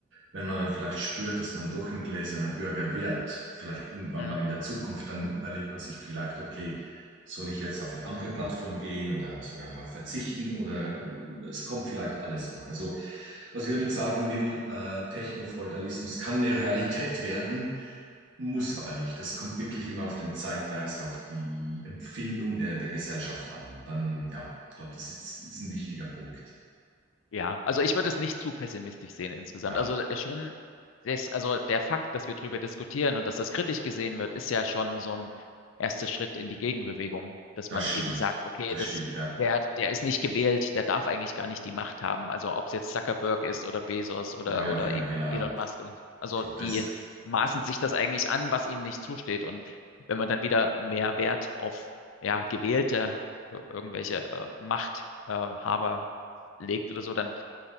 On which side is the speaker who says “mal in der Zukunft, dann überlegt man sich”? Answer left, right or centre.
Right